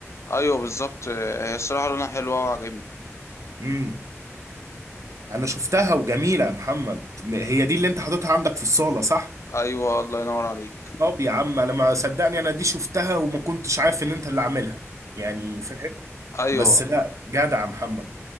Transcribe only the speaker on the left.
أيوه بالظبط آه، هي الصراحة لونها حلوة وعجبني
أيوه الله ينور عليك
ايوه